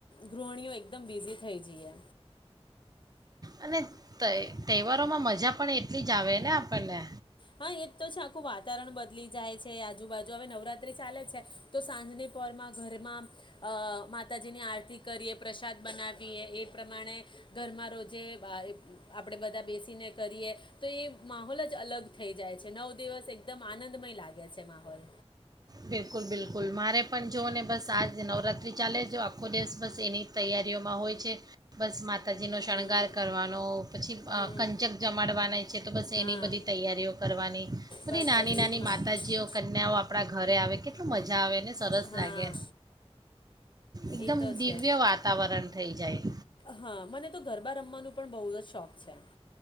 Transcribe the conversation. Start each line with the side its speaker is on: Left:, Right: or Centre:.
Left: ગૃહિણીઓ એકદમ બિઝી થઈ જઈએ.
Right: અને તય તહેવારોમાં મજા પણ એટલી જ આવે ને આપણને.
Left: હા એજ તો છે આખું વાતાવરણ બદલી જાય છે આજુબાજુ હવે નવરાત્રી ચાલે છે તો સાંજની પરમાં ઘરમાં માતાજીની આરતી કરીએ પ્રસાદ બનાવીએ એ પ્રમાણે ઘરમાં રોજે આપણેે બધા બેસીને કરીએ તો એ માહોલ જ અલગ. થઈ જાય છે નવ દિવસ એકદમ આનંદમય લાગે છે માહોલ.
Right: બિલકુલ બિલકુલ મારે પણ જો ને બસ આજ નવરાત્રી ચાલે જો આખો દિવસ બસ એની તૈયારીઓમાં હોય છે. બસ મા તાજીનો શણગાર
Left: હમ
Right: કરવાનો પછી
Left: હમ
Right: કંચક જમાડવાના છે તો બસ
Left: હા
Right: એની બધી તૈયારીઓ કરવાની. બધી
Left: બસ
Right: નાની
Left: બસ
Right: નાની
Left: એ જ મારે
Right: માતાજીઓ
Left: પણ
Right: કન્યાઓ આપણા આવે કેટલું મજા આવે. ને સરસ
Left: હા
Right: લાગે એકદમ
Left: એ તો
Right: દિવ્ય
Left: છે
Right: વાતાવરણ થઈ જાય.
Left: હા મને તો ગરબા રમવાનું પણ બહુ જ શોખ છે.